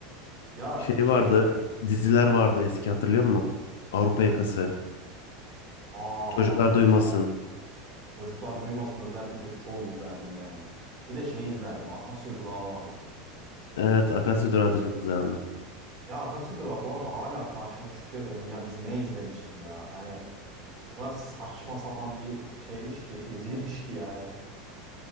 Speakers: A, on the right (about 45°); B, on the left (about 75°).
A: Ya
B: Şey
A: şey
B: vardı.
A: çok keyifliydi.
B: Diziler vardı eski hatırlıyor musun? Avrupa Yakası.
A: Aa
B: Çocuklar
A: çok
B: Duymasın.
A: izlendim. Çocuklar duymasın özellikle çok izlerdim yani. Bir de şey izlerdim. Akasya Durağı vardı.
B: Evet. Akasya Durağı da çok güzeldi.
A: Ya Akasya Durağı bu arada hala karşıma çıkıyor benim. Ya biz ne izlemişiz ya? Hani o kadar saçma sapan bir şeymiş ki, <laughs> diziymiş ki yani.